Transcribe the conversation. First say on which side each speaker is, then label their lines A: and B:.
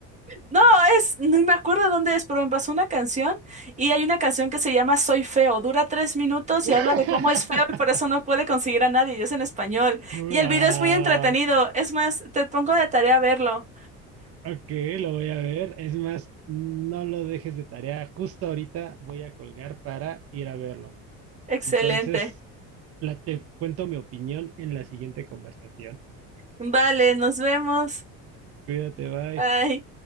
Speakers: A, on the right; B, on the right.
A: No, es, no me acuerdo dónde es, pero me pasó una canción y hay una canción que se llama Soy Feo. Dura tres minutos
B: <laughs>
A: y habla de cómo es feo y por eso no puede conseguir a nadie. Y es en español.
B: Guau,
A: Y el video es muy entretenido. Es más, te pongo de tarea verlo.
B: ok, lo voy a ver. Es más, no lo dejes de tarea. Justo ahorita voy a colgar para ir a verlo.
A: Excelente.
B: Entonces, la, te cuento mi opinión en la siguiente conversación.
A: Vale, nos vemos.
B: Cuídate, bye.
A: Bye.